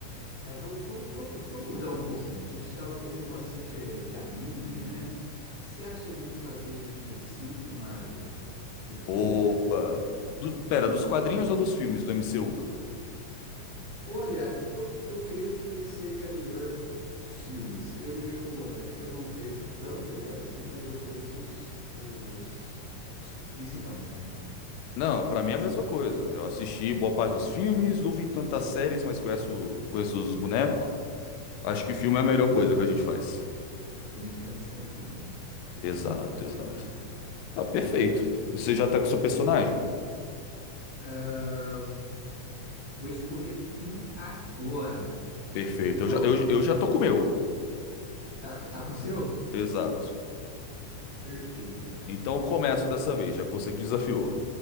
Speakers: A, on the right; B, on the left.
A: É, vamos, vamos, vamos vamos mudar um pouquinho. A gente estava fazendo bastante eh, de anime, né? O que você acha a gente fazer de de DC e Marvel dos
B: Opa!
A: comics?
B: Do- pera, dos quadrinhos ou dos filmes do MCU?
A: Olha, eu, eu creio que seria melhor dos filmes. Eu, eu, eh, eu não vejo tanto herói assim, mas eu conheço os, os, os principais, né?
B: Não, pra
A: Fica mais
B: mim é a mesma
A: tranquila.
B: coisa. Eu assisti boa parte dos filmes, não vi tantas séries, mas conheço, conheço os bonecos. Acho que
A: Uhum.
B: filme é a melhor coisa que a gente faz.
A: O filme fica mais tranquilo, né?
B: Exato,
A: Agora
B: exato.
A: lá.
B: Ah, perfeito.
A: Uhum.
B: Você já tá com o seu personagem?
A: Ah, vou escolher um agora.
B: Perfeito.
A: Pronto.
B: Eu já, eu, eu já tô com o meu.
A: Tá, tá com o seu?
B: Exato.
A: Perfeito.
B: Então eu começo dessa vez, já que você que desafiou.